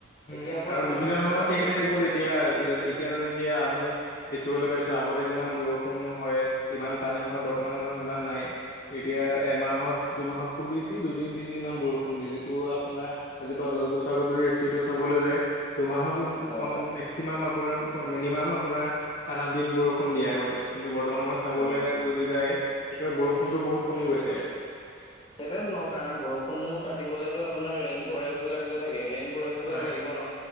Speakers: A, on the left; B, on the left.
A: উম
B: এতিয়াৰ
A: হু
B: পৰা
A: আৰু বিভিন্ন
B: মানুহ
A: ধৰণৰ
B: সজাগ
A: চেচ
B: হ'ব লাগিব।
A: তেতিয়া যে এতিয়া যেনেকে আমি দেখিবলৈ পাইছো আগতে যিমান বৰষুণ হয় যিমান পানী হয় বৰ্তমান সময়ত সিমান নাই এতিয়া এমাহত দুমাহত খুব বেছি দুদিন তিনিদিনমান বৰষুণ দিয়ে যিটো আপোনাৰ আজিৰ পা দছ বছৰ আগত যদি এছিয়াটো চাবলৈ যায় দুমাহত উ
B: হয়
A: কম
B: হয়
A: এ চিমাম আপোনাম অ মিনিমাম আপোনাৰ সাত আঠ দিন বৰষুণ দিয়ে আগতে কিন্তু বৰ্তমান সময়ত চাবলে
B: হয় হয়
A: যদি যায় একেবাই বৰষুণতো বহুত কমি গৈছে
B: হেটোৱেন ন কাৰণ বৰষুণো কাটিবলেতো আপোনাৰ ৰেইন ফৰেষ্ট বিলাক যে থাকে ৰেইন ফৰেষ্টবলাক
A: হয়
B: লাগিব ন